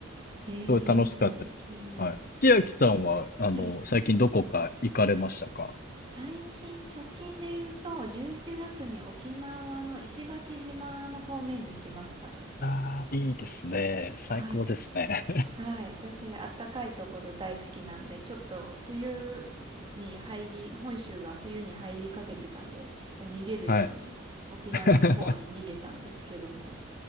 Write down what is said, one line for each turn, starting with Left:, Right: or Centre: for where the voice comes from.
Right: へえ、
Left: すごい楽しかったです。
Right: 幻想的。
Left: はい。千秋さんは、あの、
Right: はい。
Left: 最近どこか行かれましたか
Right: 最近、直近で言うと、11月に沖縄の石垣島の方面に行きました。
Left: ああー、いいですね。最高ですね。
Right: はい。
Left: <laughs>
Right: はい。私、あったかいところ大好きなんで、ちょっと冬に入り、本州が冬に入りかけてたんで、ちょっと逃げるように沖縄の方に逃げたんですけども。
Left: はい。<laughs>